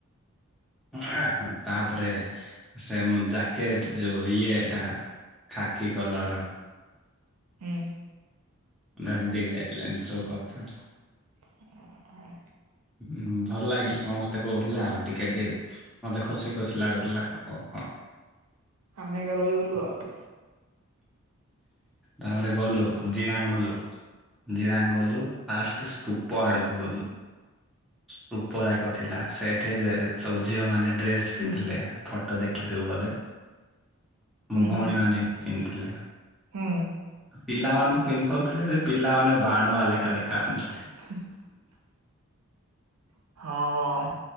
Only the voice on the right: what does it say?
ହୁଁ।
<inaudible>
ଆମେ ଏକା ରହିଗଲୁ ଆଉ।
ହୁଁ
ହୁଁ
ହୁଁ।
<unintelligible> ହଁ।